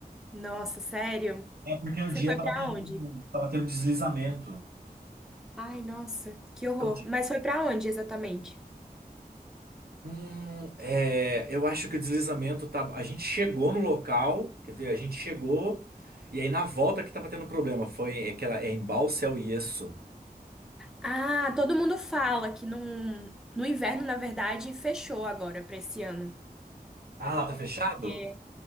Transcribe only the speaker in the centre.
Nossa, sério?
Você
foi
pra
onde?
Ai, nossa, que horror.
Mas foi pra onde exatamente?
Ah, todo mundo fala que num- no inverno, na verdade, fechou agora pra esse ano.
É,